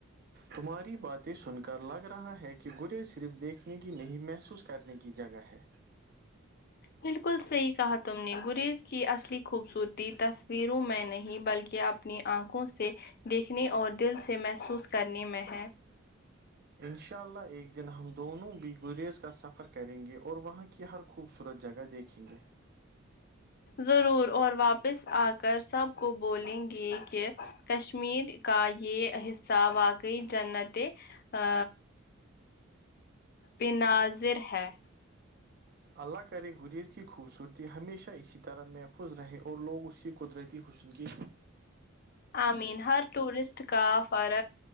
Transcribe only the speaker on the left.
بالکل صحیح کہا تم نے گریز کی اصلی خوبصورتی تصویروں میں نہیں بلکہ اب اپنی آنکھوں سے دیکھنے اور دل سے محسوس کرنے میں ہے
ضرور اور واپس آ کر سب کو بولیں گے کہ کشمیر کا یہ حصہ واقعی جنتیں ا بناظر ہے
امین ہر ٹورسٹ کا فر